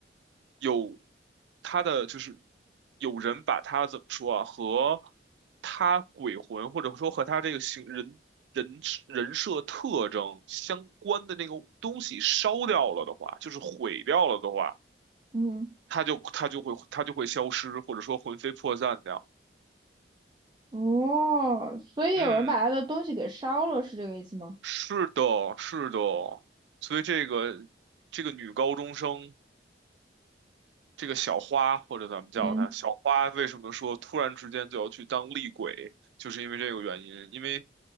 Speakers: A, on the right; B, on the right.
A: 有他的，就是有人把他怎么说啊，和他鬼魂或者说和他这个形人人人设特征相关的那个东西烧掉了的话，就是毁掉了的话，
B: 嗯
A: 他就他就会他就会消失，或者说魂飞魄散掉。
B: 哦，所以有人把她的东西给烧了，
A: 嗯，
B: 是这个意思吗？
A: 是的，是的，所以这个这个女高中生。这个小花，或者咱们叫它小花，
B: 嗯。
A: 为什么说突然之间就要去当厉鬼，就是因为这个原因，因为